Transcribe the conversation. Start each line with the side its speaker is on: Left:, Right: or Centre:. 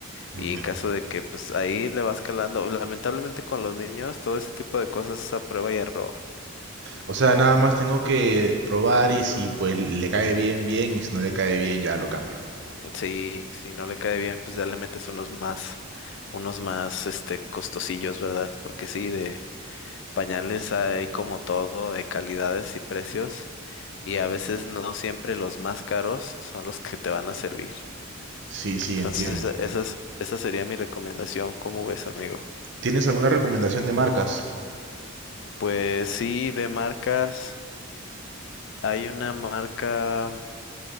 Right: Ujú.
Left: Y en caso de que pues ahí le vas calando, lamentablemente con los niños todo ese tipo de cosas es a prueba y error.
Right: O sea, nada más tengo que probar y si pues le cae bien, bien, y si no le cae bien, ya lo cambio.
Left: Sí, si no le cae bien, pues ya le metes unos más, unos más este costosillos, ¿verdad? Porque sí, de pañales hay como todo, de calidades y precios, y a veces no siempre los más caros son los que te van a servir.
Right: Sí, sí,
Left: Entonces,
Right: entiendo.
Left: esa, esas- esa sería mi recomendación. ¿Cómo ves, amigo?
Right: ¿Tienes alguna recomendación de marcas?
Left: Pues sí, de marcas, hay una marca.